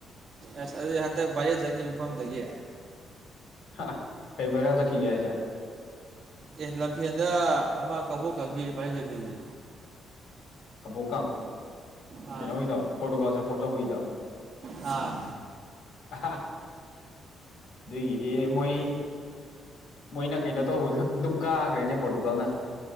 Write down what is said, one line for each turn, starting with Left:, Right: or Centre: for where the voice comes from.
Right: ꯑꯁ ꯑꯗꯨ ꯍꯟꯗꯛ ꯚꯏꯔꯦ ꯆꯠꯈꯤꯕ ꯃꯐꯝꯗꯒꯤ
Left: ꯑ ꯀꯩꯕꯔꯦꯜ ꯊ ꯀꯒ ꯆ
Right: ꯑꯦ ꯂꯝꯐꯦꯟꯗ ꯑꯃ ꯀꯕꯣꯛ ꯈꯪꯁꯤ ꯚꯥꯏꯔꯦꯟ ꯆꯠꯈꯤꯗꯤ
Left: ꯀꯕꯣꯛꯀ
Right: ꯑꯥ
Left: ꯀꯩꯅꯣꯗꯣ ꯄꯣꯔꯇꯨꯒꯥꯜ ꯁꯞꯄꯣꯔꯠ ꯇꯧꯕꯗ
Right: ꯑꯥ
Left: ꯑ ꯑꯗꯨꯒꯤꯗꯤ ꯃꯣꯏ ꯃꯣꯏꯅ ꯀꯩꯅꯣ ꯇꯧꯕꯗ ꯑꯗꯨꯝ ꯀꯥꯈ꯭ꯔꯦꯅꯦ ꯄꯣꯔꯇꯨꯀꯜꯅ